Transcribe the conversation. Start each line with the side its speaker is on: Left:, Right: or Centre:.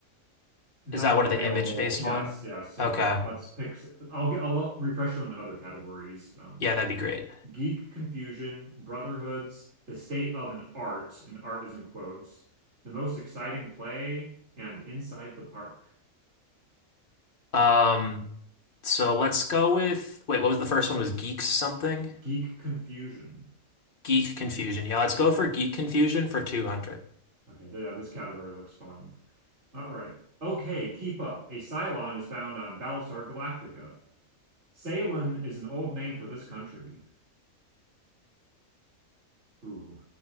Right: not
Left: Is that one
Right: available.
Left: of the image-based
Right: Yes,
Left: one?
Right: yes. So
Left: Okay.
Right: let's pick. I'll get. I'll refresh you on the other categories. Um,
Left: Yeah, that'd be great.
Right: geek confusion, brotherhoods, the state of an art, and art is in quotes, the most exciting play, and inside the park.
Left: Um, so let's go with wait, what was the first one? Was geeks something?
Right: Geek confusion.
Left: Geek confusion. Yeah, let's go for geek confusion for 200.
Right: Okay, yeah, this category looks fun. All right. Okay, keep up. A Cylon is found on Battlestar Galactica. Ceylon is an old name for this country. Ooh.